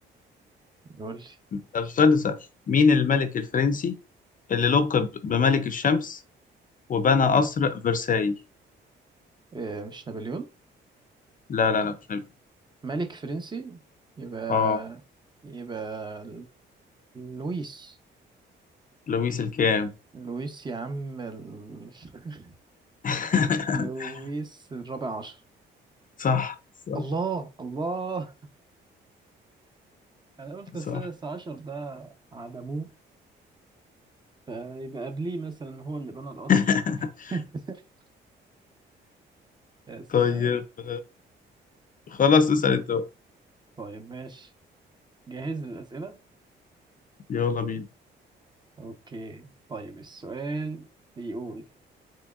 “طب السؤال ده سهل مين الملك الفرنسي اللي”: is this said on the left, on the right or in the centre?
Left